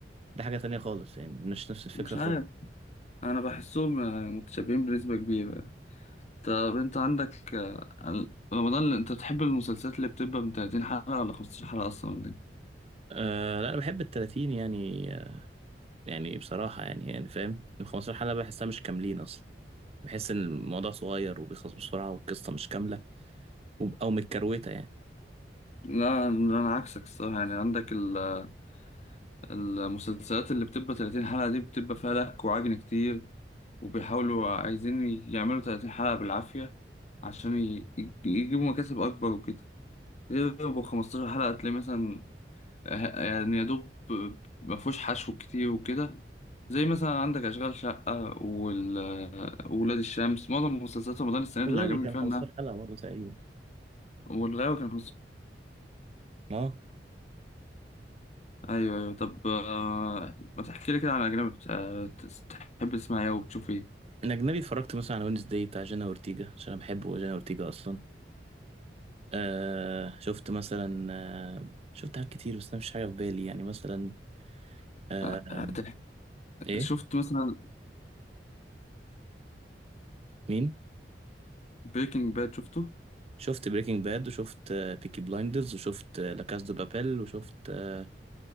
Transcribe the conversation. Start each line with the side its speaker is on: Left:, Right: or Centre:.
Right: ده حاجة تانية خالص يعني مش نفس الفكرة
Left: مش عارف
Right: خالص
Left: أنا بحسهم آه، متشابهين بنسبة كبيرة طب أنت عندك آه، رمضان أنت تحب المسلسلات اللي بتبقى من 30 حلقة ولا 15 حلقة أصلا
Right: أه لا انا بحب التلاتين يعني آه، يعني بصراحة يعني يعني فاهم ال 15 حلقة بحسها مش كاملين اصلا بحس ان الموضوع صغير وبيخلص بسرعة والقصة مش كاملة وب- او متكروتة يعني
Left: لا انا عكسك الصراحه يعني عندك ال- المسلسلات اللي بتبقى 30 حلقه دي بتبقى فيها لك وعجن كتير وبيحاولوا عايزين يعملوا 30 حلقه بالعافيه عشان ي- ي- يجيبوا مكاسب اكبر وكده غير ابو 15 حلقه تلاقي مثلا ه- يعني يا دوب ما فيهوش حشو كتير وكده زي مثلا عندك اشغال شقه وال- ولاد الشمس معظم مسلسلات رمضان السنه دي
Right: وغاوي
Left: اللي عجبني
Right: كان
Left: فيها
Right: 15
Left: انها
Right: حلقة برضه تقريبا
Left: والغاوي كان
Right: اه
Left: ايوه ايوه طب آه، ما تحكي لي كده عن اجنبي بت- آه، تحب تسمع ايه وبتشوف ايه
Right: الأجنبي اتفرجت مثلا على وينز داي بتاع جينا أورتيجا عشان أنا بحب جينا أورتيجا أصلا آه شفت مثلا آه شفت حاجات كتير بس أنا مش حاجة في بالي يعني مثلا آه
Left: آه، هتح-
Right: إيه
Left: شفت مثلا
Right: مين
Left: بريكنج باد شفته
Right: شفت بريكنج باد وشفت آه بيكي بلايندرز وشفت آه لا كاس دو بابيل وشفت آه